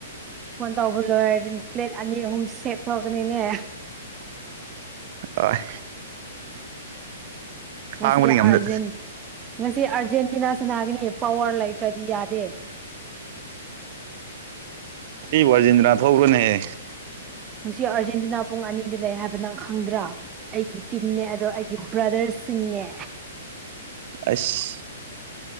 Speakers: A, on the right; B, on the right.
A: ꯐꯣꯟ ꯇꯧꯕ ꯂꯣꯏꯔꯗꯤ ꯄ꯭ꯂꯦꯠ ꯑꯅꯤ ꯑꯍꯨꯝ ꯁꯦꯊꯣꯛꯀꯅꯤꯅꯦ
B: ꯑ
A: ꯃꯁꯤꯁꯤ
B: ꯈꯥꯡꯕꯗꯤ ꯉꯝꯗꯦ
A: ꯑꯔꯖꯦꯟ ꯉꯁꯤ ꯑꯥꯔꯖꯦꯟꯇꯤꯅꯥ ꯁꯅꯥꯒꯅꯤ ꯄꯋ꯭ꯔ ꯂꯩꯇ꯭ꯔꯗꯤ ꯌꯥꯗꯦ
B: ꯑꯩ ꯑ꯭ꯔꯖꯦꯟꯇꯤꯅꯥ ꯊꯧꯕ꯭ꯔꯅꯦꯍꯦ
A: ꯉꯥꯁꯤ ꯑꯥꯔꯖꯦꯟꯇꯤꯅꯥ ꯄꯨꯡ ꯑꯅꯤꯗ ꯂꯩ ꯍꯥꯏꯕ ꯅꯪ ꯈꯪꯗ꯭ꯔꯥ ꯑꯩꯒꯤ ꯇꯤꯝꯅꯦ ꯑꯗꯣ ꯑꯩꯒꯤ ꯕ꯭ꯔꯗꯔꯁꯤꯡꯅꯦ
B: ꯑꯁ